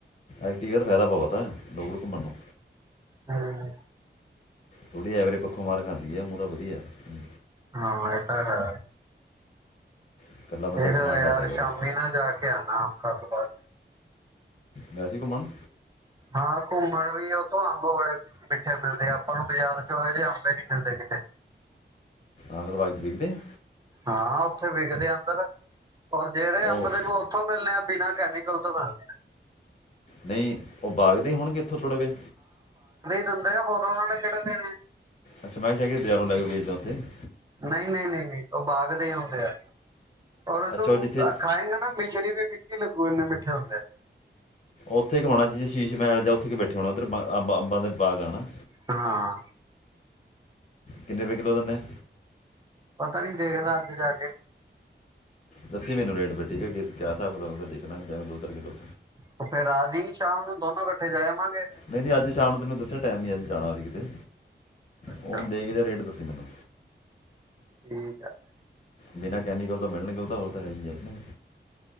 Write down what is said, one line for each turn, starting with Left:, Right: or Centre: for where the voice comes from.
Left: ਐਕਟੀਵਾ ਦਾ ਫਾਇਦਾ ਬਹੁਤ ਹੈ ਦੋ ਘੁੰਮਣ ਨੂੰ।
Right: ਹਾਂ।
Left: ਥੋੜ੍ਹੀ ਐਵਰੇਜ ਪੱਖੋਂ ਮਾਰ ਖਾਂਦੀ ਹੈ ਹੂਨ ਤਾਂ ਵਧਿਆ ਹੈ।
Right: ਹਾਂ ਇਹ ਤਾਂ ਹੈ।
Left: ਇਕੱਲਾ ਬੰਦਾ
Right: ਦੇਖਦਾ
Left: ਵੀ ਸਮਾਨ
Right: ਯਾਰ,
Left: ਲਿਆ ਸਕਦਾ
Right: ਸ਼ਾਮੀ ਨਾ ਜਾ ਕੇ ਆਉਣਾ ਆਫਿਸ ਤੋਂ ਬਾਦ।
Left: ਗਏ ਸੀ ਘੁੰਮਣ।
Right: ਹਾਂ ਘੁੰਮਣ ਵੀ ਆ ਉੱਥੋਂ ਅੰਬ ਬੜੇ ਮਿੱਠੇ ਮਿਲਦੇ ਆ, ਆਪਾਂ ਨੂੰ ਬਾਜ਼ਾਰ ਚ ਇਹੋ ਜਿਹੇ ਅੰਬ ਨਹੀਂ ਮਿਲਦੇ ਕਿਤੇ।
Left: ਆਗਣਵਾਣੀ ਵੇਖਦੇ ਆ।
Right: ਹਾਂ ਉੱਥੇ ਵਿਖਦੇ ਅੰਦਰ। ਔਰ ਜਿਹੜੇ
Left: ਉਹ
Right: ਅੰਬ ਉੱਥੋਂ ਮਿਲਣੇ ਆ ਬਿਨਾਂ ਕੈਮੀਕਲ ਕਲ ਤੋਂ ਕਰ ਲਿਆ।
Left: ਨਹੀਂ। ਉਹ ਬਾਗਦੇ ਹੋਣਗੇ ਇੱਥੋਂ ਥੋੜ੍ਹੇ ਜ
Right: ਜਾਂਦਾ ਆ ਹੋਰ ਉਹਨਾਂ ਨੇ ਖੇਤ ਦੇ ਨੇ।
Left: ਅੱਛਾ ਮੈਂ ਕਿਹਾ ਸ਼ਾ ਬਜ਼ਾਰੋਂ ਲੈ ਕੇ ਵੇਚਦਾ ਉੱਥੇ <inaudible>
Right: ਨਹੀਂ -ਨਹੀਂ- ਨਹੀਂ -ਨਹੀਂ ਉਹ ਬਾਗ ਦੇ ਹੀ ਹੁੰਦੇ ਆ। ਰੂੰ
Left: ਅੱਛਾ ਉਹ ਜਿੱਥੇ
Right: ਖਾਏਗਾ ਨਾ, ਮਿਸ਼ਰੀਵੀ ਫਿੱਕੀ ਲਗੂ ਗੀ। ਥੇਦੇ <inaudible>
Left: ਉੱਥੇ ਕਿ ਹੋਣਾ ਸ਼ੀਸ਼ ਮਹਿਲ ਜਾਂ ਉੱਥੇ ਕੇ ਬੈਠੇ ਹੋਣਾ ਉਧਰ ਅੰਬ ਅੰਬਾਂ ਦੇ ਬਾਗ ਆਨਾ।
Right: ਹਾਂ-
Left: ਕਿੰਨੇ ਰਪਏ ਕਿੱਲੋ ਦੇਨੇ ਏ।
Right: ਪਤਾ ਨੀ ਦੇਖਦਾ ਅੱਜ ਜਾ ਕੇ।
Left: ਦੱਸੀ ਮੈਨੂੰ ਰੇਟ ਫਿਰ ਠੀਕ ਹੈ। ਕੀ ਹਿਸਾਬ ਹੈ ਫਿਰ ਦੇਖਣਾ ਦੋ ਚਾਰ ਕਿੱਲੋ
Right: ਉਹ ਫਿਰ ਆ ਜੀ ਸ਼ਾਮ ਨੂੰ ਦੋਨੋਂ ਇਕੱਠੇ ਜਾ ਆਵਾਂਗੇ
Left: ਨਹੀਂ ਨਹੀਂ ਅੱਜ ਸ਼ਾਮ ਨੂੰ ਤੈਨੂੰ ਦੱਸਿਆ ਟਾਈਮ ਨਹੀਂ ਅੱਜ ਜਾਣਾ ਸੀ ਕਿਤੇ,
Right: ਅੱਛਾ
Left: ਹੁਣ ਦੇਖਦੇ ਰੇਟ ਦੱਸੀ ਮੈਨੂੰ।
Right: ਠੀਕ ਆ-
Left: ਬਿਨਾਂ ਕੈਮੀਕਲ ਤਾਂ ਮਿਲਣਗੇ ਉਹ ਤੇ ਹੈ। ਹੀ ਹੈ। ਹੀ ਹੈ।